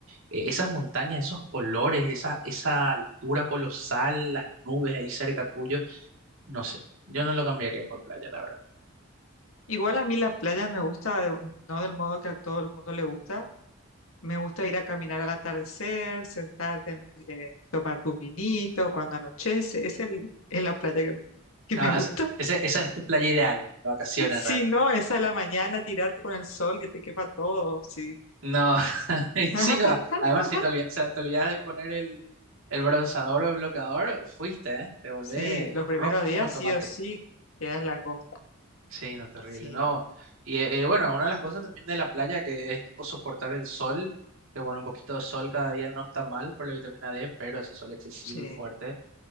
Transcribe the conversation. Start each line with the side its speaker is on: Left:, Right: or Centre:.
Right: eh, esas montañas, esos colores, esa, esa altura colosal, las nubes ahí cerca tuyo, no sé, yo no lo cambiaría por playa, la verdad.
Left: Igual a mí la playa me gusta, de- no del modo que a todo el mundo le gusta. Me gusta ir a caminar al atardecer, sentarte, en- eh, tomar un vinito cuando anochece. Es el, es la playa que, que
Right: Ah,
Left: me gusta.
Right: esa,
Left: <laughs>
Right: ese- esa es tu playa ideal, de vacaciones
Left: Si
Right: realmente.
Left: no, es a la mañana tirarte con el sol que te quema todo. Sí.
Right: No, <laughs> y sí,
Left: <laughs>
Right: no, además si te olvidas, o sea, te olvidas de poner el, el bronceador o el bloqueador, fuiste, ¿eh? Te volvés
Left: Sí, los
Right: rojo
Left: primeros días
Right: como el tomate.
Left: sí o sí quedas en la costa.
Right: Sí, no, terrible,
Left: Sí,
Right: no. Y eh, bueno, es una de las cosas también de la playa que es tipo soportar el sol, que bueno, un poquito de sol cada día no está mal por la vitamina D, pero ese sol excesivo
Left: sí.
Right: y fuerte,